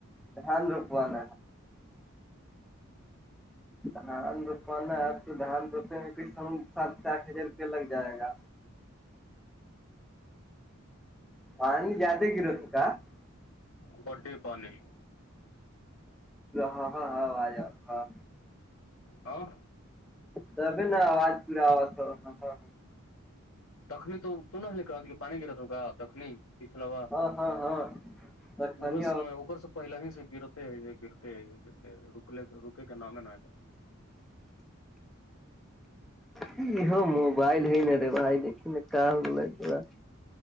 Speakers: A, in the centre; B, on the left.
A: دھان روپوان دھان روپوانا ہے تو دھان روپنے میں کئی کم سات آٹھ ہزار روپیہ لگ جائے گا آند جیاادگرتکا <unintelligible>
B: بڈی پانی <unintelligible>
A: ہاں ہاں ہاں آیا ہاں
B: ہاں
A: توب نا آوج پورا آا تھ تھا
B: تخنی تو تو نہ کہت پانی گرت ہوا تخنی پچھلاوا
A: ہاں ہاں ہاں تخنی
B: ای سمے ار سے پہل ہی سے گرتے ہے یہ گرتے ہے یہ گرتے رک رکے کے نام ہے ن نا
A: ہ ہ ہو موبائل ہے نا رے بھائی د ن کا ہوگا <unintelligible>